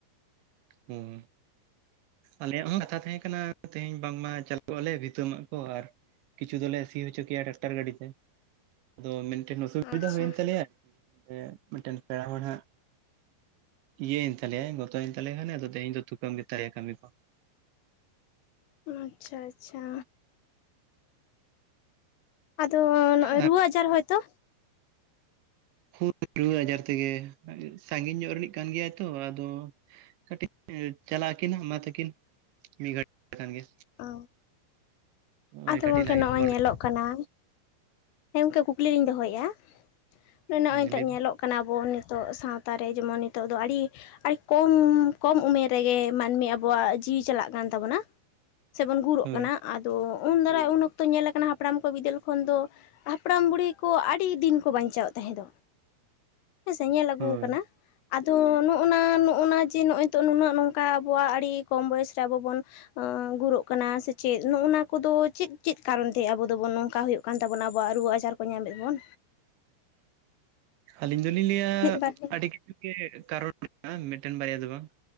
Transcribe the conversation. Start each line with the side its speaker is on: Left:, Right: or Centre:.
Right: ᱦᱩᱸ᱾ ᱟᱞᱮᱭᱟᱜ ᱦᱚᱸ ᱠᱟᱛᱷᱟ ᱛᱟᱦᱮᱸ ᱠᱟᱱᱟ ᱛᱮᱦᱮᱧ ᱵᱟᱝ ᱢᱟ ᱪᱟᱞᱩᱜ ᱟᱞᱮ ᱵᱷᱤᱛᱟᱹ ᱢᱟᱜ ᱠᱚ ᱟᱨ ᱠᱤᱪᱷᱩ ᱫᱚᱞᱮ ᱥᱤ ᱦᱚᱪᱚ ᱠᱮᱭᱟ ᱴᱨᱟᱠᱴᱟᱨ ᱜᱟᱹᱰᱤ ᱛᱮ ᱟᱫᱚ ᱢᱮᱱᱴᱮᱱ ᱚᱥᱩᱵᱤᱫᱟ
Left: ᱟᱪᱪᱷᱟ
Right: ᱦᱩᱭᱮᱱ ᱛᱟᱞᱮᱭᱟ᱾ ᱢᱤᱫᱴᱮᱱ ᱯᱮᱲᱟ ᱦᱚᱲ ᱦᱟᱸᱜ ᱤᱭᱟᱹᱭᱮᱱ ᱛᱟᱞᱮᱭᱟᱭ ᱜᱚᱛᱚᱭᱮᱱ ᱛᱟᱞᱮ ᱦᱟᱞᱮ ᱟᱫᱚ ᱛᱮᱦᱮᱧ ᱫᱚ ᱛᱷᱩᱠᱟᱹᱢ ᱜᱮ ᱛᱟᱞᱮᱭᱟ ᱠᱟᱹᱢᱤ ᱠᱚ᱾
Left: ᱚ ᱟᱪᱪᱷᱟ, ᱟᱪᱪᱷᱟ᱾ ᱟᱫᱚ ᱱᱚᱸᱜ-ᱚᱭ
Right: ᱟᱨ
Left: ᱨᱩᱣᱟᱹ ᱟᱡᱟᱨ ᱦᱳᱭ ᱛᱚ?
Right: ᱠᱷᱩᱜ ᱨᱩᱣᱟᱹ ᱟᱡᱟᱨ ᱛᱮᱜᱮ ᱥᱟᱸᱜᱤᱧ ᱧᱚᱜ ᱨᱤᱱᱤᱡ ᱠᱟᱱ ᱜᱮᱭᱟᱭ ᱛᱚ ᱟᱫᱚ ᱠᱟᱹᱴᱤᱡ ᱪᱟᱞᱟᱜ ᱟᱹᱠᱤᱱ ᱢᱟ ᱛᱟᱹᱠᱤᱱ ᱢᱤᱫ ᱜᱷᱟᱹᱲᱤᱡ ᱠᱷᱟᱱ ᱜᱮ᱾
Left: ᱚ
Right: ᱱᱚᱜᱼᱚᱭ
Left: ᱟᱫᱚ
Right: ᱠᱟᱹᱴᱤᱡ
Left: ᱜᱚᱝᱠᱮ
Right: ᱞᱟᱦᱟ
Left: ᱱᱚᱸᱜ-ᱚᱭ
Right: ᱜᱮ ᱠᱷᱚᱵᱚᱨ
Left: ᱧᱮᱞᱚᱜ ᱠᱟᱱᱟ᱾ ᱦᱮᱸ ᱜᱚᱝᱠᱮ ᱠᱩᱠᱞᱤ ᱞᱤᱧ ᱫᱚᱦᱚᱭᱮᱜ-ᱟ ᱱᱚᱸᱜ-ᱚᱭ
Right: ᱞᱤᱧ
Left: ᱴᱟᱜ
Right: ᱞᱟᱹᱭ
Left: ᱧᱮᱞᱚᱜ ᱠᱟᱱᱟ ᱟᱵᱚ ᱱᱤᱛᱳᱜ ᱥᱟᱣᱛᱟ ᱨᱮ ᱡᱮᱢᱚᱱ ᱱᱤᱛᱳᱜ ᱫᱚ ᱟᱹᱲᱤ ᱟᱨ ᱠᱚᱢ ᱠᱚᱢ ᱩᱢᱮᱨ ᱨᱮᱜᱮ ᱢᱟᱹᱱᱢᱤ ᱟᱵᱚᱣᱟᱜ ᱡᱤᱣᱤ ᱪᱟᱞᱟᱜ ᱠᱟᱱ ᱛᱟᱵᱚᱱᱟ᱾ ᱥᱮ ᱵᱚᱱ ᱜᱩᱨᱩᱜ
Right: ᱦᱳᱭ
Left: ᱠᱟᱱᱟ᱾ ᱟᱫᱚ ᱩᱱ ᱫᱟᱨᱟᱭ ᱩᱱ ᱚᱠᱛᱚ ᱧᱮᱞ ᱠᱟᱱᱟ ᱦᱟᱯᱲᱟᱢ ᱠᱚ ᱵᱤᱫᱟᱹᱞ ᱠᱷᱚᱱ ᱫᱚ ᱦᱟᱯᱲᱟᱢ ᱵᱩᱲᱦᱤ ᱠᱚ ᱟᱹᱰᱤ ᱫᱤᱱ ᱠᱚ ᱵᱟᱧᱪᱟᱣ ᱛᱟᱦᱮᱸ ᱫᱚ᱾ ᱦᱮᱸᱥᱮ ᱧᱮᱞ ᱟᱹᱜᱩ
Right: ᱦᱳᱭ
Left: ᱠᱟᱱᱟ ᱟᱫᱚ ᱱᱚᱸᱜ-ᱱᱟ ᱱᱚᱸᱜ-ᱱᱟ ᱡᱮ ᱱᱚᱸᱜ-ᱚᱭ᱾ ᱱᱤᱛᱳᱜ ᱱᱩᱱᱟᱹᱜ ᱱᱚᱝᱠᱟ ᱟᱵᱚᱣᱟᱜ ᱟᱹᱰᱤ ᱠᱚᱢ ᱵᱚᱭᱮᱥ ᱨᱮ ᱟᱵᱚ ᱵᱚᱱ ᱟᱸᱻ ᱜᱩᱨᱚᱜ ᱠᱟᱱᱟ ᱥᱮᱪᱮᱫ ᱱᱚᱸᱜ-ᱱᱟ ᱠᱚᱫᱚ ᱪᱮᱫ ᱪᱮᱫ ᱠᱟᱨᱚᱱ ᱛᱮ ᱟᱵᱚ ᱫᱚᱵᱚᱱ ᱱᱚᱝᱠᱟ ᱦᱳᱭᱳᱜ ᱠᱟᱱ ᱛᱟᱵᱚᱱᱟ? ᱟᱵᱚᱣᱟᱜ ᱨᱩᱣᱟᱹ ᱟᱡᱟᱨ ᱠᱚ ᱧᱟᱢᱮᱫ ᱵᱚᱱ᱾
Right: ᱟᱹᱞᱤᱧ ᱫᱩᱞᱤᱧ ᱞᱟᱹᱭ-ᱟ
Left: ᱢᱤᱫ ᱵᱟᱨ ᱦᱮᱸ
Right: ᱟᱹᱰᱤᱠ ᱠᱤᱪᱷᱩ ᱜᱮ ᱠᱟᱨᱚᱱ ᱢᱮᱱᱟᱜ-ᱟ ᱢᱤᱫᱴᱮᱱ ᱵᱟᱨᱭᱟ ᱫᱚ ᱵᱟᱝ